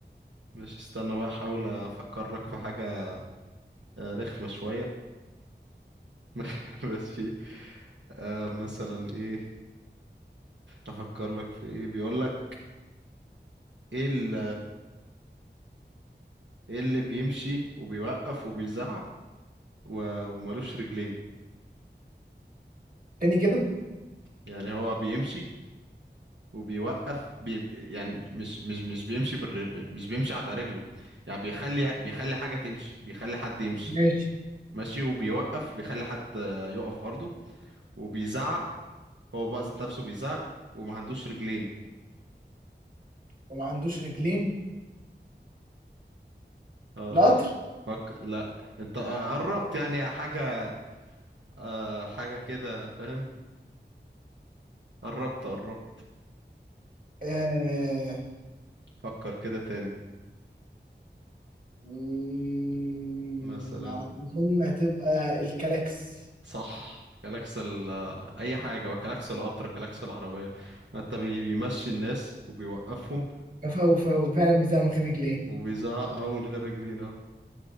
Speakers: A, on the right (about 80°); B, on the right (about 50°).
A: مش استنى بقى احاول افكرك في حاجة آه، رخمة شوية <laughs> ماشي آه مثلا ايه افكر لك في ايه بيقول لك ايه ال- ايه اللي بيمشي وبيوقف وبيزعق و- ومالوش رجلين
B: تاني كده
A: يعني هو بيمشي وبيوقف بي يعني مش مش مش بيمشي بالر... مش بيمشي على رجله يعني بيخلي بيخلي حاجة تمشي بيخلي حد يمشي
B: ماشي
A: ماشي وبيوقف بيخلي حد آه، يقف برضه وبيزعق هو بقى ذات نفسه بيزعق وما عندوش رجلين
B: وما عندوش رجلين
A: اه
B: القطر
A: يعني فك لا انت آه، قربت يعني حاجة آه حاجة كده فاهم قربت قربت
B: آه...
A: فكر كده تاني
B: مم،
A: مثلا
B: على ما أظن هتبقى الكلاكس
A: صح كلاكس ال آه، اي حاجة وكلاكس القطر كلاكس العربية ما انت بي- بيمشي الناس وبيوقفهم
B: فهو فهو فعلا بيزعل من غير رجلين
A: وبيزعق اهو من غير رجلين اهو